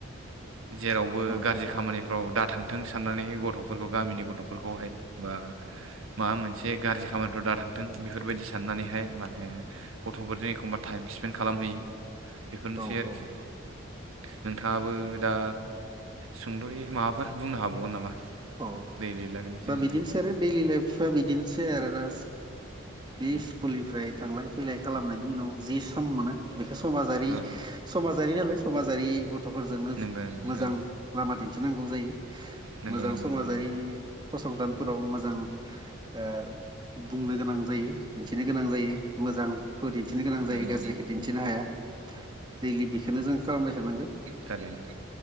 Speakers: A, on the right; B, on the right.
A: जेरावबो
B: औ
A: गाज्रि खामानिफ्राव दाथांथों साननानै गथफोरखौ गामिनि गथफोरखौहाय बा माबा मोनसे गाज्रि खामानिफ्राव दा थांथों बेफोरबायदि साननानैहाय माने गथफोरजों एखमबा टाइम स्पेन्ड खालामहैयो बेफोरनोसै
B: औ
A: आरोखि
B: औ
A: नोंथाङाबो दा सुंदयै माबाफोर बुंनो हाबावगोन नामा
B: औ
A: दै बेलागोनि सोमोनदै
B: दा बिदिनोसै आरो दैलि लाइफआ बिदिनोसै आरोना
A: <unintelligible>
B: <unintelligible> थांलाय फैलाय खालामनायनि उनाव जि खम मोनो बेखौ समाजारि
A: औ
B: समाजारि नालाय समाजारि गथफोरजोंनो
A: नंगौ नोंथां
B: मोजां लामा दिन्थिनांगौ जायो
A: नंगौ
B: मोजां
A: नंगौ नोंथां
B: समाजारि
A: नंगौ
B: फसंथानफोराव मोजां ओ बुंनो गोनां जायो दिन्थिनो गोनां जायो मोजांखौ दिन्थिनो गोनां जायो
A: नंगौ
B: गाज्रिखौ
A: नंगौ
B: दिन्थिनो हाया दैलि बेखौनो जों खालामबाय थानांगौ
A: थारैनो